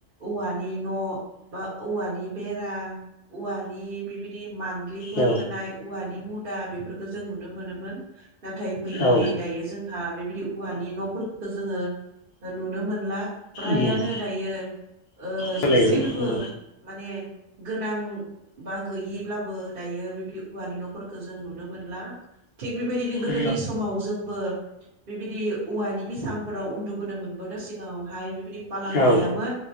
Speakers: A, on the right; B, on the left.
A: औवानि न' बा औवानि बेरा औवानि बिबायदि मान्लिफोर
B: औ
A: होनाय औवानि मु -दा बेफोरखौो जों नुनो मोनोमोन नाथाय फैयै-
B: औ
A: फैयै दायो जोंहा बेबायदि औवानि न'फोरखौथो जोङो नुनो मोनला। फ्रायआनो
B: उम
A: दायो ओ
B: सोलायदों
A: एसेबो
B: उम
A: माने गोनां बा गैयिब्लाबो दायो बेबायदि औवानि न'फोरखौ जों नुनो मोनला। थिग बेबायदिनो गोदोनि
B: औ
A: समाव जोंबो बेबायदि औवानि बिसांफोराव उन्दुबोनो मोनबोदों सिगाङावहाय बिदि फालां
B: औ
A: गैयामोन